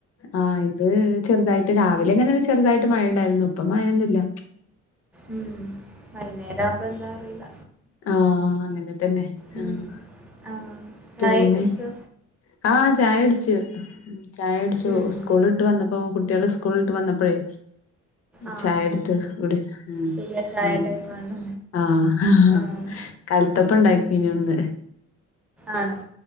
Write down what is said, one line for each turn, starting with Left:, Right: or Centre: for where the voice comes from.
Left: ആഹ് ഇത് ചെർതായിട്ട് രാവിലെ ഇങ്ങനൊരു ചെർതായിട്ട് മഴ ഇണ്ടായിർന്നു ഇപ്പ മഴൊന്നുല്ല
Centre: ഉം വൈന്നേരം ആവുമ്പൊ എന്താ അറീല്ല
Left: ആഹ് അങ്ങനെ തന്നെ
Centre: ഉം
Left: ആഹ്
Centre: ആഹ് ആഹ് ചായെ
Left: പിന്നെ
Centre: കുട്ച്ചൊ
Left: ആഹ് ചായ കുടിച്ചു ചായുടിച്ചു
Centre: ഉം
Left: സ്കൂള് ട്ട് വന്നപ്പൊ കുട്ടീള് സ്കൂൾട്ട് വന്നപ്പഴെ
Centre: ആഹ്
Left: ചായ ഇട്ത്ത് ഇവടെ ഉം
Centre: ശരിയാ ചായ
Left: ഉം
Centre: ടൈമാണ്.
Left: ആഹ് ഹാകൽ
Centre: ആഹ്
Left: ത്തപ്പം ഇണ്ടാകിനു ഇന്ന്
Centre: ആണൊ